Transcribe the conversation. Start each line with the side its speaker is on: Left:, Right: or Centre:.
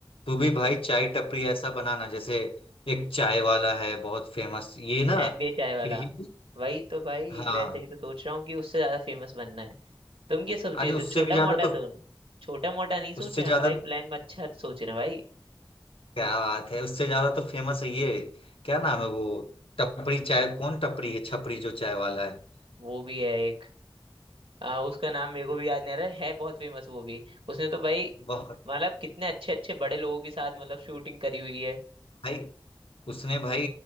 Left: तू भी भाई चाय टपरी ऐसा बनाना जैसे एक चाय वाला है बहुत फेमस ये ना
Right: एमबीए चाय वाला
Left: फिर ये
Right: वही तो भाई
Left: हाँ
Right: वैसे ही तो सोच रहा हूँ कि उससे ज्यादा फेमस बनना है तुम क्या सोचे
Left: अरे उससे
Right: तो छोटा
Left: भी ज्यादा
Right: मोटा
Left: तो
Right: तो छोटा मोटा नहीं सोचे
Left: उससे
Right: हम
Left: ज्यादा
Right: भाई प्लान में अच्छा सोच रहे हैं भाई
Left: क्या बात है उससे ज्यादा तो फेमस है ये क्या नाम है वो टपरी चाय कौन टपरी है छपरी जो चाय वाला है
Right: वो भी है एक आ, उसका नाम मेरे को भी याद नहीं आ रहा है है बहुत फेमस वो भी उसने तो भाई
Left: बहुत
Right: मतलब कितने अच्छे अच्छे बड़े लोगों के साथ मतलब शूटिंग करी हुई है
Left: भाई उसने भाई